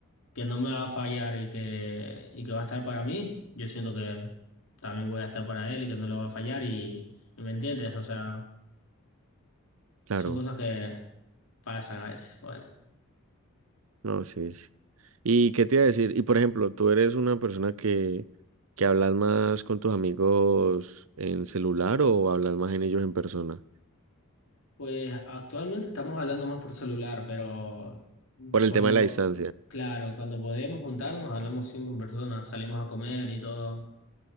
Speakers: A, on the left (about 75°); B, on the right (about 70°).
A: que no me va a fallar y que, y que va a estar para mí, yo siento que también voy a estar para él y que no le va a fallar y, y me entiendes, o sea,
B: claro,
A: son cosas que pasan a veces. Bueno,
B: no, sí, sí. ¿Y qué te iba a decir? Y por ejemplo, tú eres una persona que, que hablas más con tus amigos en celular o hablas más en ellos en persona,
A: pues actualmente estamos hablando más por celular, pero
B: por
A: cuando,
B: el tema de la distancia.
A: claro, cuando podemos juntarnos hablamos siempre en persona, salimos a comer y todo.